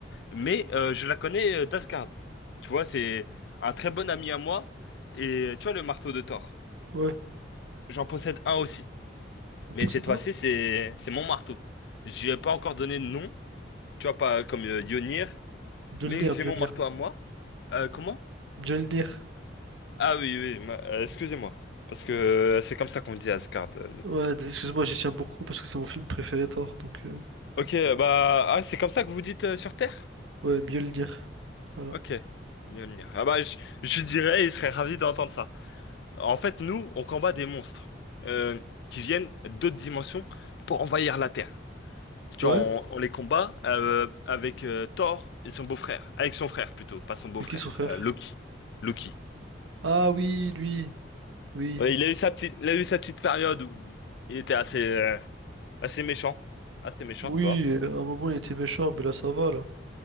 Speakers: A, on the left (about 60°); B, on the right (about 85°).
A: mais euh, je la connais euh, d'Asgard. Tu vois, c'est un très bon ami à moi. Et tu vois, le marteau de Thor.
B: Ouais.
A: J'en possède un aussi.
B: Un
A: Mais
B: peu
A: cette
B: ça dedans?
A: fois-ci, c'est c'est mon marteau. J'ai pas encore donné de nom, tu vois, pas comme euh, Yonir,
B: Mjolnir,
A: mais j'ai
B: Mjolnir.
A: mon marteau à moi. Euh, comment?
B: Mjolnir.
A: Ah oui, oui, ma- euh, excusez-moi. Parce que euh, c'est comme ça qu'on dit Asgard. euh, nous.
B: Ouais, d- excuse-moi, j'y tiens beaucoup parce que c'est mon film préféré Thor, donc euh,
A: Ok, bah, ah, c'est comme ça que vous dites euh, sur Terre?
B: ouais, Mjolnir. Voilà.
A: Ok. Mjolnir. Ah bah, je, je dirais, il serait ravi d'entendre ça. En fait, nous, on combat des monstres euh, qui viennent d'autres dimensions pour envahir la Terre. Tu
B: Ouais?
A: vois, on, on les combat euh, avec euh, Thor et son beau-frère. Avec son frère, plutôt, pas son beau-frère.
B: C'est qui son frère?
A: euh, Loki. Loki.
B: Ah oui, lui. Oui.
A: Ouais, il a eu sa petite, il a eu sa petite période où il était assez, euh, assez méchant. Assez méchant,
B: Oui,
A: tu vois.
B: euh, à un moment il était méchant, mais là ça va là.